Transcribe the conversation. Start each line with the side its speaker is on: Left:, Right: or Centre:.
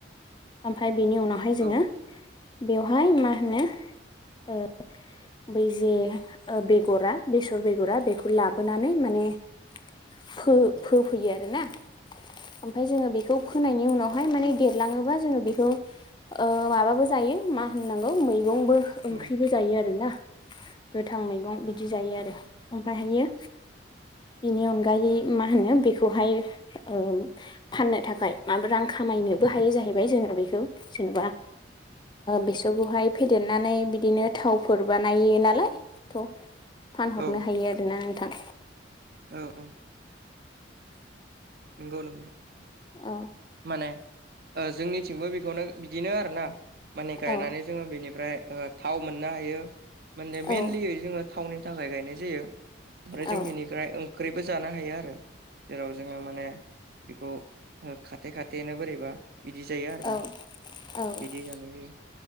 Left: ओमफ्राय बिनि उनाव हाय जोङो
Right: औ
Left: बेयावहाय मा होनो ओ बै जे ओ बेगरा बेसर बेगरा बेखौ लाबोनानै माने फो फोफैयो आरोना ओमफाय जोङो बेखौ फोनायनि उनावहाय माने देरलाङोबा जोङो बेखौ ओ माबाबो जायो मा होननांगौ मैगंबो ओंख्रिबो
Right: औ
Left: जायो आरोना गोथां मैगं बिदि जायो आरो ओमफ्रायहायो बेनि अनगायै मा होनो बेखौहाय ओ फाननो थाखाय माबा रां खामायनोबो हायो जाहैबाय जोङो बेखौ जेन'बा बेसरखौहाय फेदेरनानै बिदिनो थावफोर बानायो नालाय थ' फानहरनो
Right: औ
Left: हायो आरोना नोंथां
Right: औ औ नंगौ नंगौ
Left: औ
Right: माने ओ जोंनिथिंबो बेखौनो बिदिनो आरोना माने गायनानै
Left: औ
Right: जोङो बेनिफ्राय थाव मोननो हायो माने मइेनलि
Left: औ
Right: जोङो थावनि थाखाय गायनाय जायो ओमफ्राय जों
Left: औ
Right: बेनिफ्राय ओंख्रिबो जानो हायो आरो जेराव जों जोङो माने बेखौ ओ खाथे खाथेनो बोरैबा बिदि जायो आरोना
Left: औ औ
Right: बिदि जानाय जायो